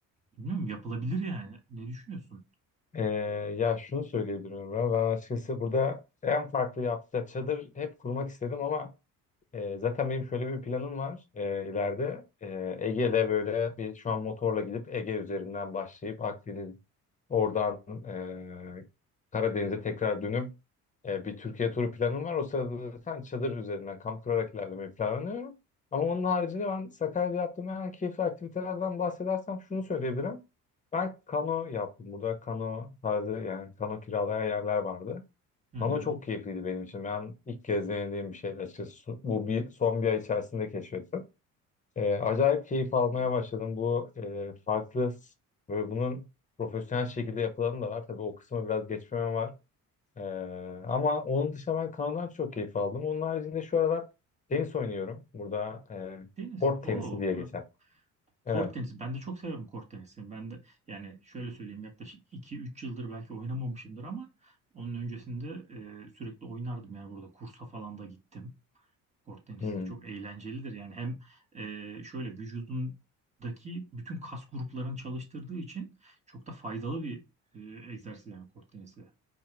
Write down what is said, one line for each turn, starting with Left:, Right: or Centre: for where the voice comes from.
Right: Bilmiyorum yapılabilir yani. Ne düşünüyorsun?
Left: Ee, ya şunu söyleyebilirim ben. Ben açıkçası burada en farklı yaptığı çadır hep kurmak istedim ama e, zaten benim şöyle bir planım var e, ileride. E, Ege'de böyle bir şu an motorla gidip Ege üzerinden başlayıp Akdeniz oradan e, Karadeniz'e tekrar dönüp e, bir Türkiye turu planım var. O sırada zaten çadır üzerinden kamp kurarak ilerlemeyi planlıyorum. Ama onun haricinde ben Sakarya'da yaptığım en keyifli aktivitelerden bahsedersem şunu söyleyebilirim. Ben kano yaptım. Burada kano tarzı yani kano kiralayan yerler vardı.
Right: Hı hı.
Left: Kano çok keyifliydi benim için. Ben ilk kez denediğim bir şeydi açıkçası. Bu bir, son bir ay içerisinde keşfettim. Ee, acayip keyif almaya başladım. Bu e, farklı s- böyle bunun profesyonel şekilde yapılanı da var. Tabii o kısmı biraz geçmem var. Ee, ama onun dışında ben kanodan çok keyif aldım. Onun haricinde şu aralar tenis oynuyorum. Burada e,
Right: Deniz.
Left: kort
Right: Oo
Left: tenisi diye
Right: bak
Left: geçer. Evet.
Right: kort tenisi. Ben de çok severim kort tenisini. Ben de yani şöyle söyleyeyim yaklaşık iki üç yıldır belki oynamamışımdır ama onun öncesinde e, sürekli oynardım yani burada kursa falan da gittim. Kort tenisi
Left: Hmm.
Right: de çok eğlencelidir. Yani hem e, şöyle vücudundaki bütün kas gruplarını çalıştırdığı için çok da faydalı bir e, egzersiz yani kort tenisi.